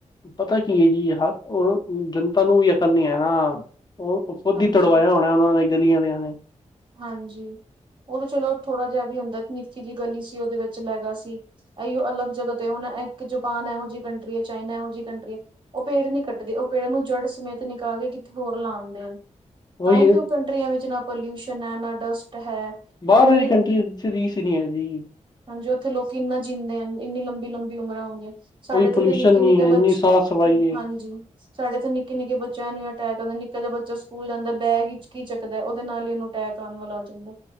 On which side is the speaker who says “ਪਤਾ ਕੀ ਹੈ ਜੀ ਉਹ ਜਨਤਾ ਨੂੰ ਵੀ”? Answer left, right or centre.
Left